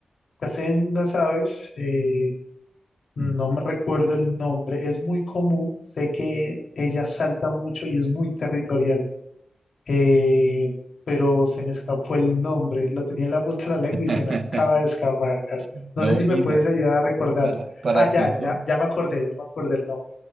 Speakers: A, on the left; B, on the right.
A: acá se ven unas aves. eh, No
B: Mm.
A: me recuerdo el nombre, es muy común, sé que ella salta mucho y es muy territorial, eh, pero se me escapó el nombre, lo tenía en la punta de la lengua
B: <laughs>
A: y se me acaba de escapar, Carlos. No
B: No,
A: sé si
B: mira,
A: me puedes ayudar a recordar.
B: para, para
A: Ah, ya,
B: que eso...
A: ya, ya me acordé, ya me acordé el nombre.